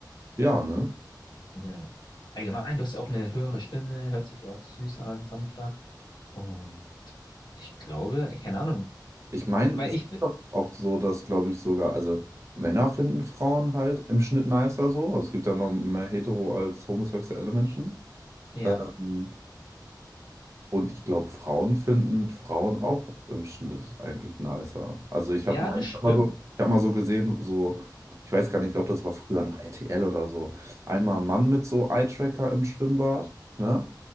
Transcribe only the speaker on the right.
ja, ne?
Ich meine,
es
ist
doch auch so, dass, glaube ich, sogar, also Männer finden Frauen halt im Schnitt nicer so. Also es gibt ja noch mehr hetero als homosexuelle Menschen.
Ähm, Und ich glaube, Frauen finden Frauen auch im Schnitt eigentlich nicer. Also ich
habe mal,
ich
hab mal so, ich hab mal so gesehen, so, ich weiß gar nicht, ich glaube, das war früher noch RTL oder so. Einmal ein Mann mit so Eye-Tracker im Schwimmbad, ne?